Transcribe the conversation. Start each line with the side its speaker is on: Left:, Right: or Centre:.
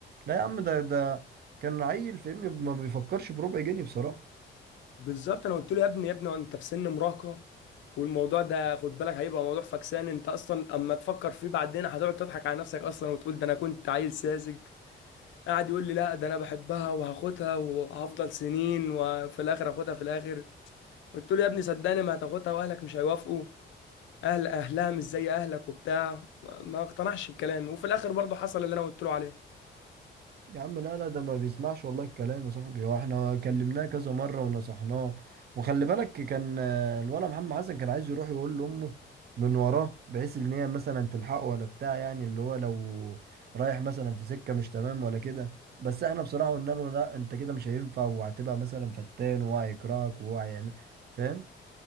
Right: لا يا عم ده ده كان عيل فاهمني ما بيفكرش بربع جنيه بصراحة
Left: بالظبط انا قلت له يا ابني يا ابني انت في سن مراهقه والموضوع ده خد بالك هيبقى موضوع فكسان انت اصلا اما تفكر فيه بعدين هتقعد تضحك على نفسك اصلا وتقول ده انا كنت عيل ساذج قاعد يقول لي لا ده انا بحبها وهاخدها وهفضل سنين وفي الاخر هاخدها في الاخر قلت له يا ابني صدقني ما هتاخدها واهلك مش هيوافقوا اهل اهلها مش زي اهلك وبتاع ما ما اقتنعش بكلامي وفي الاخر برضه حصل اللي انا قلت له عليه
Right: يا عم لا لا ده ما بيسمعش والله الكلام يا صاحبي هو احنا كلمناه كذا مرة ونصحناه وخلي بالك كان آه، الولد محمد حسن كان عايز يروح يقول لأمه من وراه بحيث ان هي مثلا تلحقه ولا بتاع يعني اللي هو لو رايح مثلا في سكة مش تمام ولا كده بس احنا بصراحة قلنا له لا انت كده مش هينفع وهتبقى مثلا فتان وهو هيكرهك وهو هيعمل فاهم